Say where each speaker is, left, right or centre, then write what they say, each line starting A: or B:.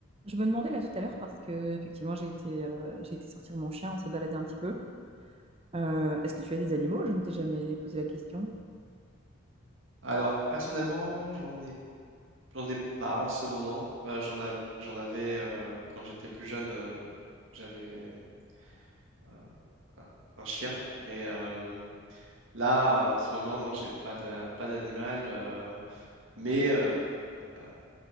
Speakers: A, on the right; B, on the right.
A: Je me demandais là tout à l'heure parce que effectivement j'ai été, euh, j'ai été sortir mon chien, on s'est baladé un petit peu. Euh, est-ce que tu as des animaux? Je ne t'ai jamais posé la question.
B: Alors, personnellement, j'en ai, j'en ai pas en ce moment. Euh, j'en av- j'en avais euh, quand j'étais plus jeune, euh, j'avais un, un- un chien. Mais euh, là, euh, en ce moment, non, j'ai pas d'a- pas d'animal. euh, mais euh, euh,